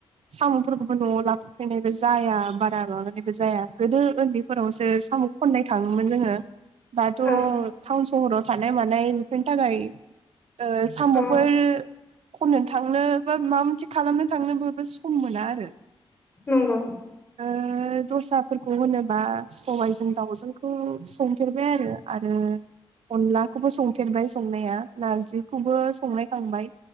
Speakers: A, on the right (about 80°); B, on the left (about 25°).
A: साम'फोरखौबो न'आव लाबोफैनायबो जाया बारा माबानायबो जाया गोदो ओन्दैफोरावसो साम' खननाय थांङोमोन जोंङो दाथ
B: ओं
A: सहराव थानाय मानाय बेफोरनि थाखाय ओ साम'फोर
B: औ
A: खननोनो थांनो बा माबा मोनसे खालामनो थांनो बयबो सम मोना आरो
B: नंगौ
A: ओ दस्राफोरखौ होनो बा सबाइजों दाउजोंखौ संफेरबाय आरो आरो अनलाखौबो संफेरबाय संनाया नारजिखौबो संनाय खांबाय